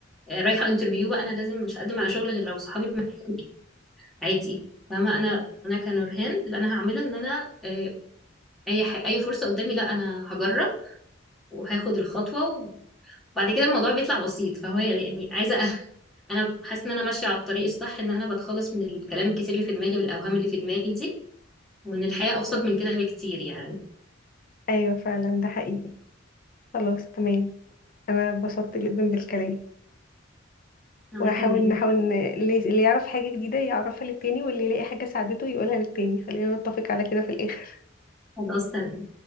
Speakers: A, in the centre; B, on the left (about 45°).
A: إيه، رايحه انترفيو بقى انا لازم مش هقدم على شغل غير لو صحابي معايا عادي فاهمه انا انا كنورهان اللي انا هعمله ان انا إيه، اي ح... اي فرصه قدامي لا انا هجرب وهاخد الخطوه وبعد كده الموضوع بيطلع بسيط فهو يعني عايزه <laughs> أ- انا حاسه ان انا ماشيه على الطريق الصح ان انا بتخلص من الكلام الكتير اللي في دماغي والاوهام اللي في دماغي دي وإن الحياة
B: بالظبط
A: أبسط من كده بكتير يعني
B: ايوه فعلا ده حقيقي خلاص تمام انا اتبسطت جدا بالكلام
A: أنا
B: وهحاول
A: كمان
B: نحاول ن- اللي اللي يعرف حاجة جديدة يعرفها للتاني واللي يلاقي حاجة ساعدته يقولها للتاني خلينا نتفق على كده في الآخر
A: خلاص تمام